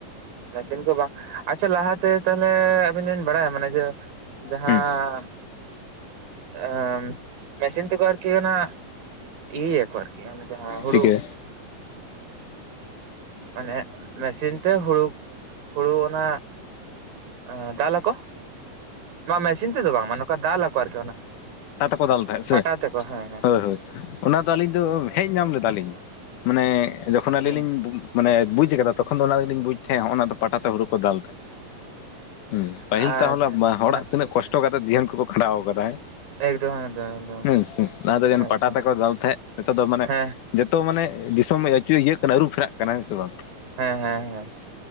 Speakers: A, on the right; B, on the left.
A: ᱢᱮᱥᱤᱱ ᱠᱚ ᱵᱟᱝ ᱟᱪᱪᱷᱟ ᱞᱟᱦᱟᱛᱮ ᱛᱟᱞᱦᱮ ᱟᱹᱵᱤᱱ ᱵᱤᱱ ᱵᱟᱲᱟᱭᱟ ᱢᱟᱱᱮ ᱡᱮ ᱡᱟᱦᱟᱸ
B: ᱦᱩᱸ
A: ᱟᱢ ᱢᱮᱥᱤᱱ ᱟᱨᱠᱤ ᱚᱱᱟ ᱤᱭᱟᱹᱭᱟ ᱠᱚ ᱟᱨᱠᱤ ᱚᱱᱟ ᱡᱟᱦᱟᱸ ᱦᱩᱲᱩ
B: ᱪᱤᱠᱟᱹ
A: ᱢᱟᱱᱮ ᱢᱮᱥᱤᱱ ᱛᱮ ᱦᱩᱲᱩ ᱦᱩᱲᱩ ᱚᱱᱟ ᱮᱸ ᱫᱟᱞᱟᱠᱚ ᱱᱚᱣᱟ ᱢᱮᱥᱤᱱ ᱛᱮᱫᱚ ᱵᱟᱝ ᱢᱟᱱᱮ ᱫᱟᱞᱟᱠᱚ ᱟᱨᱠᱤ ᱚᱱᱟ
B: ᱠᱚ ᱫᱟᱞ ᱛᱟᱦᱮᱸᱜ
A: ᱯᱟᱴᱟ
B: ᱥᱮ
A: ᱛᱮᱠᱚ ᱦᱮᱸ ᱦᱮᱸ
B: ᱦᱳᱭ ᱦᱳᱭ। ᱚᱱᱟ ᱫᱚ ᱟᱹᱞᱤᱧ ᱫᱚ ᱦᱮᱡ ᱧᱟᱢ ᱞᱮᱫᱟᱞᱤᱧ ᱢᱟᱱᱮ ᱡᱚᱠᱷᱚᱱ
A: ᱦᱩᱸ
B: ᱟᱹᱞᱤᱧ ᱞᱤᱧ ᱵᱩ ᱢᱟᱱᱮ ᱵᱩᱡᱽ ᱠᱟᱫᱟ ᱛᱚᱠᱷᱚᱱ ᱫᱚ ᱚᱱᱟᱨᱮᱜᱮᱞᱤᱧ ᱵᱩᱡᱽ ᱛᱟᱦᱮᱸᱜ ᱚᱱᱟᱫᱚ ᱯᱟᱴᱟᱛᱮ ᱦᱳᱲᱳ ᱠᱚ ᱫᱟᱞ ᱛᱟᱦᱮᱸᱜ ᱦᱩᱸ ᱯᱟᱹᱦᱤᱞ
A: ᱟᱪᱪᱷᱟ
B: ᱛᱟᱦᱚᱞᱮ ᱦᱚᱲᱟᱜ
A: ᱦᱮᱸ
B: ᱛᱤᱱᱟᱹᱜ ᱠᱚᱥᱴᱚ ᱠᱟᱛᱮᱜ ᱡᱤᱭᱚᱱ ᱠᱚᱠᱚ ᱠᱷᱟᱸᱰᱟᱣ ᱠᱟᱫᱟ ᱦᱮᱸ
A: ᱮᱠᱫᱚᱢ ᱮᱠᱫᱚᱢ ᱮᱠᱫᱚᱢ
B: ᱦᱩᱸ ᱦᱩᱸ ᱞᱟᱦᱟ ᱛᱮ ᱡᱮ
A: ᱦᱮᱸ
B: ᱯᱟᱴᱟ
A: ᱮᱠᱫᱚᱢ
B: ᱛᱮᱠᱚ ᱫᱟᱞ ᱛᱟᱦᱮᱸᱜ ᱱᱤᱛᱚᱜ ᱫᱚ ᱢᱟᱱᱮ
A: ᱦᱮᱸ
B: ᱡᱚᱛᱚ ᱢᱟᱱᱮ ᱫᱤᱥᱚᱢ ᱟᱹᱪᱩᱭ ᱤᱭᱟᱹᱜ ᱠᱟᱱᱟ ᱟᱹᱨᱩ ᱯᱷᱮᱨᱟᱜ ᱠᱟᱱᱟ ᱦᱮᱸ ᱥᱮ ᱵᱟᱝ
A: ᱦᱮᱸ ᱦᱮᱸ ᱦᱮᱸ